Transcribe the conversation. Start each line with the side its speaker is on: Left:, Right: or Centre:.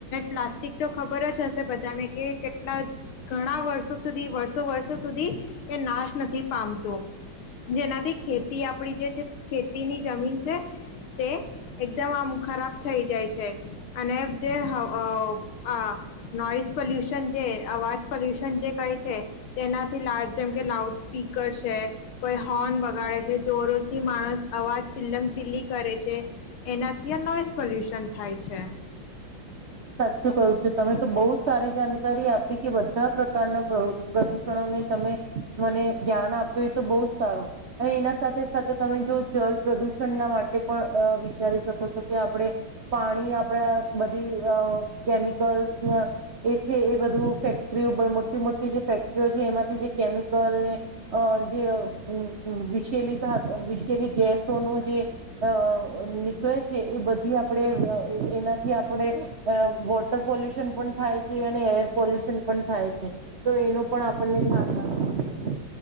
Left: પ્લાસ્ટિક તો ખબર જ હશે બધાને કે કેટલા ઘણા વર્ષો સુધી વર્ષો-વર્ષ સુધી એ નાશ નથી પામતું. જેનાથી ખેતી આપડી જે ખેતીની જમીન છે તે એકદમ આમ ખરાબ થઈ જાય છે અને જે હાવ અવ નોઇસ પોલ્યુશન જે અવાજ પોલ્યુશન જે કહે છે તેનાથી લા જેમ કે લાઉડ સ્પીકર છે, કોઈ હોર્ન બગાડે છે, જોરોથી માણસ અવાજ ચિલ્લમ-ચીલી કરે છે એનાથી નોઈસ પોલ્યુશન થાય છે.
Right: સાચું કરું છું તમે તો બહુ સારી જાણકારી આપી કે બધા પ્રકારના પ્રદૂષણોને તમે મને ધ્યાન આપ્યું હોય તો બહુ જ સારું અને એના સાથે સાથે તમે જો જળ પ્રદુષણના માટે પણ વિચારી શકો છો કે આપણે પાણી આપણા બધી અવ કેમિકલ્સ એ છે એ બધું ફેક્ટરીઓ મોટી-મોટી જે ફેક્ટરીઓ છે એમાંથી જે કેમિકલને અ જે વિશેલી ધા વિશેલી ગેસો ન જે અ નીકળે છે એ બધી આપણે એનાથી આપણે અ વોટર પોલ્યુશન પણ થાય છે અને એર પોલ્યુશન પણ થાય છે તો એનું પણ આપણને ધ્યાન રાખવું જોઈએ